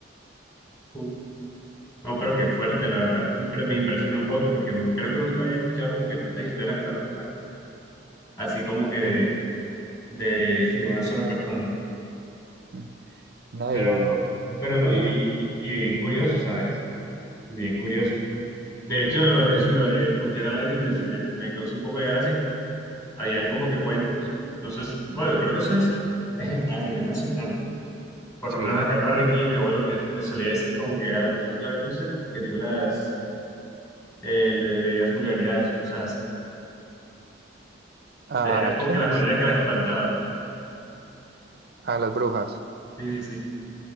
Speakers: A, on the left (about 15°); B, on the right (about 50°).
A: Uf, No, pero qué fuerte, la verdad. Me impre- me impresiona un poco porque nun- creo que nunca había escuchado como que tantas historias paranormales, así como que de,
B: Sí,
A: de, de una sola persona.
B: sí. No,
A: Pero,
B: y tam-
A: pero no,
B: dime,
A: y, y, y bien curioso, ¿sabes? Bien curioso. De hecho, lo de, lo de putear al aire me, me, me causa un poco de gracia porque habían como que cuentos. No sé, si- bueno, yo creo que eso es <laughs> a nivel nacional. Por
B: sí.
A: lo menos acá en Barranquilla, mi abuelo me, me solía decir como que a las brujas no les gustan que tú las eh, le, le digas vulgaridades o cosas así.
B: ¿A
A: Entonces era como
B: quiénes?
A: que la manera que las espantaba
B: A las brujas.
A: Sí, sí, sí.